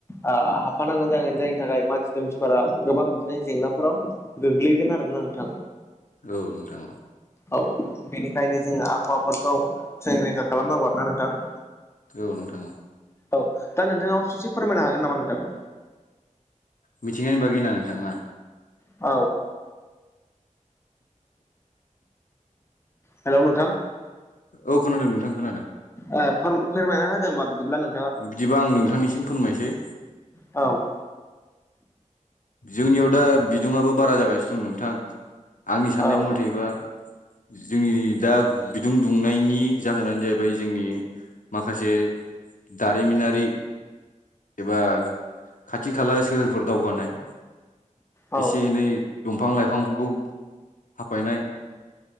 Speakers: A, on the left; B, on the left.
A: ओ हाबफानांगोन जागोन जायनि थाखाय मानसि दुमसिफोरा गोबां बिदिनो जेंनाफोराव गोग्लैगोन आरोना नोंथां।
B: औ नोंथां औ
A: औ बेनिखायनो जोङो आबहावाफोरखौ संरैखा खालामनांगौ आरोना नोंथां।
B: औ नोंथां औ
A: औ दा नोंथाङावबो ससे फोरमायनो हागोन नामा नोंथां?
B: मिथिंनायनि बागैना नोंथां? ना
A: औ हेलौ नोंथां
B: औ खोनादों नोंथां खोनादों
A: ओ फोर-फोरमायना होदों होमबा बिदिब्ला नों
B: बिदिबा आं नोंथांनिसिम फोरमायसै
A: औ
B: जोंनियाव दा बिदुङाबो बारा जागासिनो दं नोंथां आंनि साननाय
A: औ
B: मथेबा जोंनि दा बिदुं दुंनायनि जाहोनानो जाहैबाय जोंनि माखासे दारिमिनारि एबा खाथि खाला सोहोरफोर दावगानाय।
A: औ
B: एसे एनै दंफां लाइफांफोरखौ हाफायनाय